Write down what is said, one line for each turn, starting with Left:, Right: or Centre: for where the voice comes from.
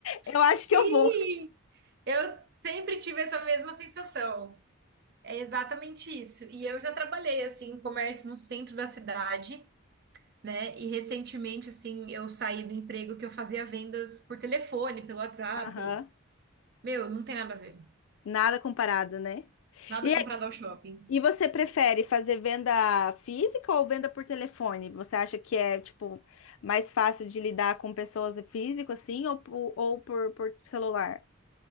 Left: Eu acho
Right: Sim!
Left: que eu vou.
Right: Eu sempre tive essa mesma sensação. É exatamente isso. E eu já trabalhei assim, em comércio no centro da cidade. né? E recentemente, assim, eu saí do emprego que eu fazia vendas por telefone, pelo WhatsApp.
Left: Aham.
Right: Meu, não tem nada a ver.
Left: Nada comparado, né?
Right: Nada
Left: E
Right: comprado ao shopping.
Left: E você prefere fazer venda física ou venda por telefone? Você acha que é, tipo, mais fácil de lidar com pessoas físico, assim, ou, po- ou por, por celular?